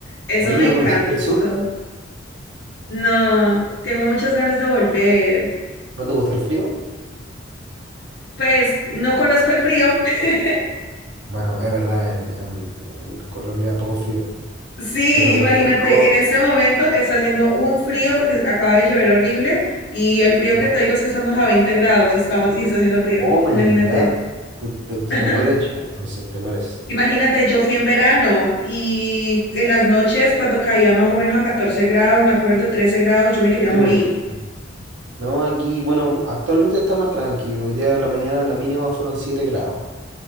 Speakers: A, on the left (about 60°); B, on the right (about 70°).
A: Eso
B: Oye,
A: me
B: ¿no
A: encantó.
B: conociste el sur?
A: No, tengo muchas ganas de volver.
B: ¿No te gusta el frío?
A: Pues no conozco el frío. <laughs>
B: Bueno, es verdad, en, en- en Colombia poco frío.
A: Sí,
B: Pero,
A: imagínate,
B: por ejemplo,
A: en este momento está haciendo un frío porque acaba de llover horrible y el frío
B: ¿ya?
A: que te digo es que estamos a 20 grados y estamos y está haciendo frío.
B: Oh my
A: Imagínate.
B: God, tú, te tú
A: <laughs>
B: te mueres en Chile, entonces te mueres.
A: Imagínate, yo fui en verano y en las noches cuando caía más o menos a 14 grados, me acuerdo, 13 grados, yo me quería
B: Sí,
A: morir.
B: po. Sí. No, aquí, bueno, actualmente está más tranquilo. Hoy día de la mañana la mínima fueron 7 grados.